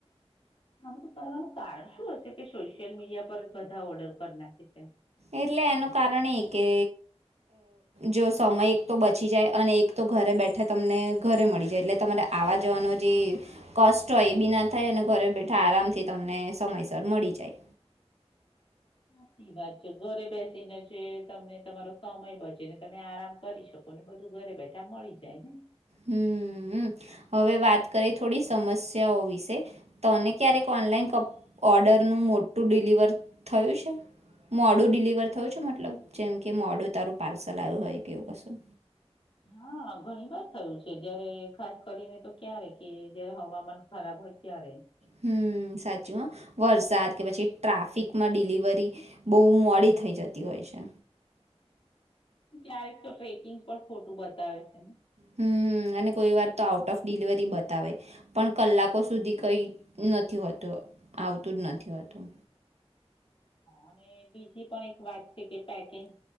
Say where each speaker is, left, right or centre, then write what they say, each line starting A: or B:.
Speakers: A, on the left; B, on the right.
A: આ બધું કરવાનું કારણ શું હશે કે સોશિયલ મીડિયા પર જ બધા ઓર્ડર કરના શખ છે
B: એટલે એનું કારણ એ કે જો સમય એક તો બચી જાય અને એક તો ઘરે બેઠા તમને ઘરે મળી જાય એટલે તમારે આવા જવાનો જે કષ્ટ હોય એ બી ના થાય અને ઘરે બેઠા આરામથી તમને સમયસર મળી જાય
A: સાચી વાત છે ઘરે બેસીને જે તમને તમારો સમય બચે ને તમે આરામ કરી શકો ને બધું ઘરે બેસી એ મળી જાય ને
B: હમ હવે વાત કરીએ થોડી સમસ્યાઓ વિશે તને ક્યારેક ઓનલાઈન ક ઓર્ડરનું મોટું ડિલિવર થયું છે મોડું ડિલિવર થયું છે મતલબ જેમ કે મોડું તારું પાર્સલ આવ્યું હોય કેવું કશું
A: હા ઘણી વાર થયું છે જયારે ખાસ કરીને તો ક્યારે કે જયારે હવામાન ખરાબ હોય ત્યારે
B: હમ સાચું હ વરસાદ કે પછી ટ્રાફિકમાં ડિલિવરી બહુ મોડી થઈ જતી હોય છે
A: <unintelligible> ટ્રેકિંગ પણ ખોટું બતાવે છે <unintelligible>
B: હમ અને કોઈ વાર તો આઉટ ઓફ ડિલિવરી બતાવે પણ કલાકો સુધી કઈ નથી હોતું આવતું જ નથી હોતું
A: અને બીજી પણ એક વાચ્ય કે પેકેજિંગ